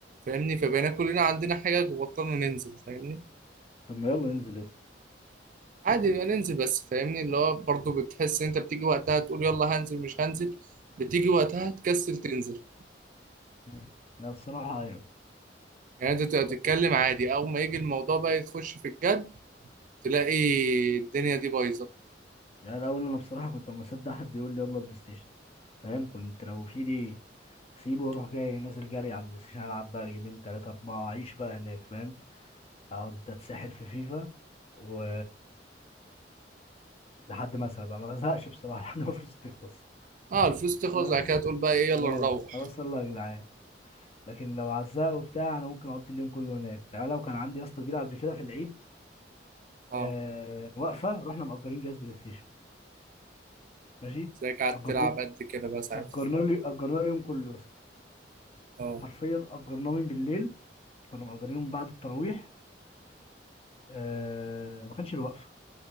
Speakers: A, on the right; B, on the left.
A: فاهمني فبقينا كلنا عندنا حاجة وبطلنا ننزل فاهمني
B: طب ما يلا ننزل يا اسطى
A: عادي بقى ننزل بس فاهمني اللي هو برضه بتحس ان انت بتيجي وقتها تقول يلا هنزل مش هنزل بتيجي وقتها تكسل تنزل
B: مم. لا بصراحة ايوه
A: يعني انت تبقى تتكلم
B: بس
A: عادي اول ما يجي الموضوع بقى تخش في الجد تلاقي الدنيا دي بايظة
B: يعني الاول انا بصراحة كنت اما اصدق حد يقول لي يلا بلاي ستيشن فاهم كنت لو في لي سيبه واروح جاي نازل جري على البلاي ستيشن العب بقى جيمين تلاتة اربعة اعيش بقى هناك فاهم اقعد اتسحل في فيفا و لحد ما ازهق بقى ما ازهقش بصراحة <laughs> لحد ما فلوسي تخلص
A: اه الفلوس تخلص
B: أنا-
A: بعد كده تقول بقى ايه يلا
B: اه
A: نروح
B: خلاص يلا يا جدعان لكن لو عزاه وبتاع انا ممكن اقضي اليوم كله هناك يعني لو كان عندي يا اسطى جيله قبل كده في العيد
A: اه
B: آه وقفه رحنا مأجرين جهاز بلاي ستيشن ماشي
A: تلاقيك قاعد
B: اجرنا
A: تلعب قد كده بقى ساعتها
B: اجرنا لي اجرنا اليوم كله يا اسطى
A: اه
B: حرفيا اجرناه من بالليل كنا مأجرينه من بعد التراويح آه ما كانش الوقفه